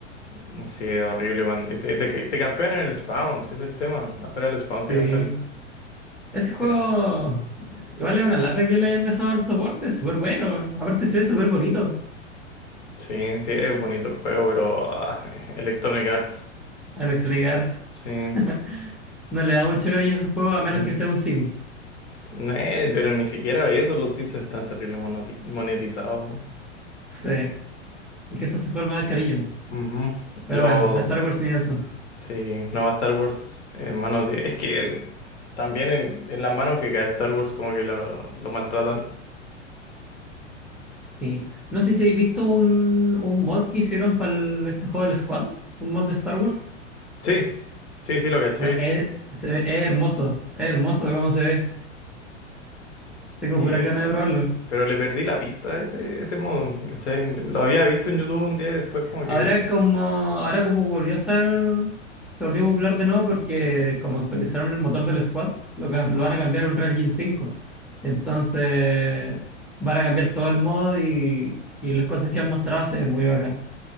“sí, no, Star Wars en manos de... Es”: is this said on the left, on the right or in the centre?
Left